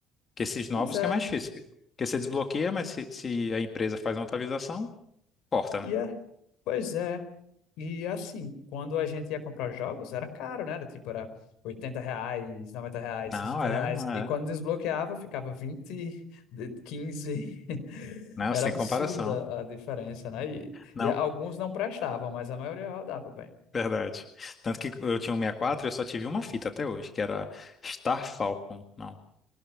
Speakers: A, on the left; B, on the left.
A: Porque esses novos
B: Pois é.
A: que é mais difícil. Porque você desbloqueia, mas se, se a empresa faz uma atualização, corta, né?
B: E é. Pois é. E assim, quando a gente ia comprar jogos, era caro, né? Era, Tipo, era 80 reais, noventa reais,
A: Não,
B: 60
A: é,
B: reais. E quando
A: é.
B: desbloqueava, ficava 20 de- quinze <laughs>
A: Não,
B: Era
A: sem
B: absurda
A: comparação.
B: a diferença, né? E,
A: Não,
B: e alguns não prestavam, mas a maioria rodava bem.
A: verdade. Tanto que eu tinha um 64 e quatro e eu só tive uma fita até hoje, que era Star Falcon. Não,